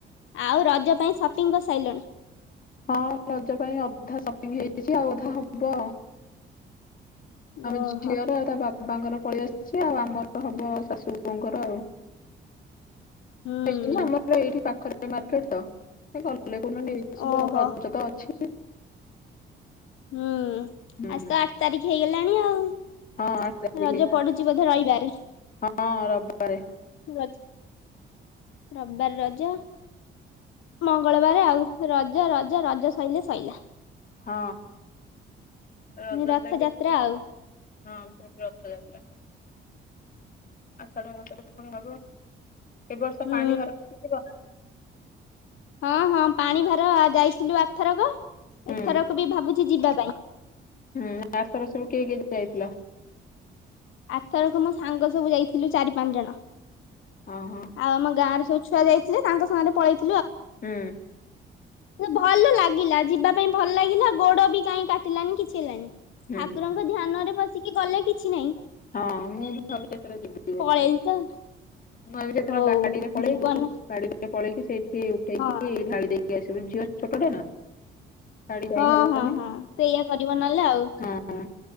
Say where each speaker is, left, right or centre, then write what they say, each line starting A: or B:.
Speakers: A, on the left; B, on the left.
A: ଆଉ ରଜ ପାଇଁ ସପିଂ କରିସାଇଲଣି?
B: ହଁ ରଜ ପାଇଁ ଅଧା ସପିଂ ହେଇଛି ଆଉ ଅଧା ହବ ଆଉ। ଆମ
A: ଓହୋ
B: ଝିଅର ଆଉ ତା ବା ବାବାଙ୍କର ପଲେଇ ଆସିଛି ଆଉ ଆମର ହବ ଶାଶୁ ବୋହୁଙ୍କର ଆଉ।
A: ହୁଁ
B: ହେଇନି ଆମର ତ ଏଇଠି ପାଖରେ ଏ ମାର୍କେଟ ତ ହେ କା ଗଲେ କୋଉଦିନ ନେଇଆସିବୁ
A: ଓହୋ
B: ଆଉ ରଜ ତ ଅଛି।
A: ହୁଁ।
B: ହୁଁ
A: ଆଯି
B: ହୁଁ।
A: ତ ଆଠ ତାରିଖ ହେଇଗଲାଣି ଆଉ
B: ହଁ ଆଠ ତାରିଖ
A: ରଜ ପଡୁଛି ବୋଧେ ରଇବାର। ଏ।
B: ହଁ ରବିବାରେ।
A: ରଜ ରବିବାର ରଜ ମଙ୍ଗଳବାରେ ଆଉ ରଜ ରଜ ରଜ ସଇଲେ ସଇଲା।
B: ହଁ ରଜ
A: ରଥଯାତ୍ରା
B: ସଇଲେ ପୁଣି
A: ଆଉ
B: ହଁ ପୁଣି ରଥଯାତ୍ରା ଆଷାଢ ମାସରେ ପୁଣି ହବ। ଏ ବର୍ଷ
A: ହୁଁ
B: ପାଣି ଭାର ନେଇକି ଜିବ ନା?
A: ହଁ ହଁ ପାଣି ଭାର ଯାଇଥିଲୁ ଆ ଥରକ।
B: ହୁଁ
A: ଏଥରକ ବି ଭାବୁଛି ଯିବା କାଇଁ
B: ହୁଁ ଆଥର ସବୁ କିଏ କିଏ ଯାଇଥିଲ?
A: ଆର ଥରକ ମୋ ସାଙ୍ଗ ସବୁ ଯାଇଥିଲୁ ଚାରି ପାଞ୍ଚ ଜଣ।
B: ହଁ ହଁ।
A: ଆଉ ଆମ ଗାଁରେ ସବୁ ଛୁଆ ଯାଇଥିଲେ ତାଙ୍କ ସାଙ୍ଗରେ ପଳେଇଥି
B: ହୁଁ।
A: କିନ୍ତୁ ଭଲ ଲାଗିଲା ଯିବା ପାଇଁ ଭଲ ଲାଗିଲା ଗୋଡ ବି କାଇଁ କାଟିଲାନି କିଛି ହେଲାନି।
B: ହୁଁ
A: ଠାକୁରଙ୍କ ଧ୍ୟାନରେ ବ ସେଠିକି ଗଲେ କିଛି ନାହିଁ।
B: ହଁ ମୁଁ ବି ଭାବୁଛି ଏଥର ଯିବି ବୋଲି।
A: ପଳେଇଲି
B: ମୁଁ
A: ତ
B: ଭାବିବି ଯେତେବେଳେ
A: ହଉ
B: ଗାଡିରେ ପଳେଇବୁ
A: ଜୀବନ
B: ଗାଡିରେ ପଳେଇି ସେଇ ସେ ଉଠେ
A: ହଁ
B: କି ଢାଳି ଝିଅ ଛୋଟ ଟା ନା। ଗାଡି ଯାଇ
A: ହଁ
B: ହବନି
A: ହଁ ହଁ ସେଇଆ କରିବ ନହେଲେ ଆଉ।
B: ହଁ